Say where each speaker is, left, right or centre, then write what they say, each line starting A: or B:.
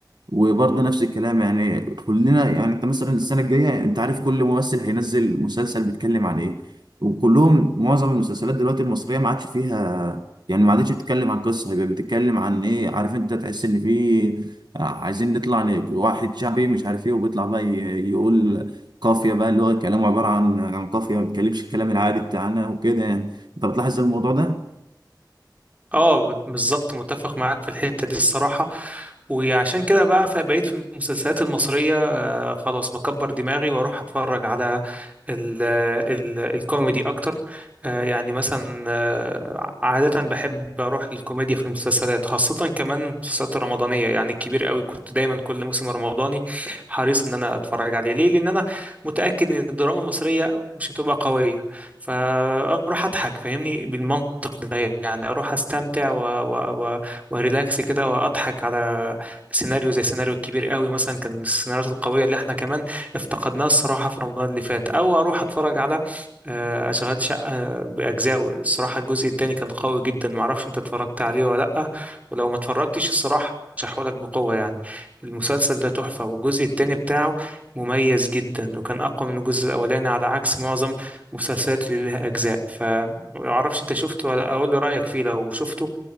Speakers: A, on the right; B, on the right.
A: وبرضه نفس الكلام يعني كلنا يعني انت مثلا السنه الجايه انت عارف كل ممثل هينزل مسلسل بيتكلم عن ايه وكلهم معظم المسلسلات دلوقتي المصريه ما عادش فيها يعني ما عادتش بتتكلم عن قصه هيبقى بتتكلم عن ايه عارف انت تحس ان في آه، عايزين نطلع ن- واحد شعبي مش عارف ايه وبيطلع بقى ي- يقول قافيه بقى اللي هو كلامه عباره عن عن قافيه ما بيتكلمش الكلام العادي بتاعنا وكده يعني انت بتلاحظ الموضوع ده
B: اه بالظبط متفق معاك في الحتة دي الصراحة وعشان كده بقى فبقيت في المسلسلات المصرية آه، خلاص بكبر دماغي واروح اتفرج على ال ال الكوميدي اكتر آه، يعني مثلا آه، عادة بحب اروح للكوميديا في المسلسلات خاصة كمان المسلسلات الرمضانية يعني الكبير قوي كنت دايما كل موسم رمضاني حريص ان انا اتفرج عليه ليه لان انا متأكد ان الدراما المصرية مش هتبقى قوية فاروح اضحك فاهمني بالمنطق ده يعني اروح استمتع و... و... و... وريلاكس كده واضحك على سيناريو زي سيناريو الكبير قوي مثلا كان من السيناريوهات القوية اللي احنا كمان افتقدناها الصراحة في رمضان اللي فات او اروح اتفرج على آه، اشغال شقة باجزائه الصراحة الجزء التاني كان قوي جدا معرفش انت اتفرجت عليه ولا لأ ولو ما اتفرجتش الصراحة لك بقوة يعني المسلسل ده تحفة والجزء التاني بتاعه مميز جدا وكان أقوى من الجزء الأولاني على عكس معظم المسلسلات اللي لها أجزاء فمعرفش أنت شفته ولا أقول لي رأيك فيه لو شفته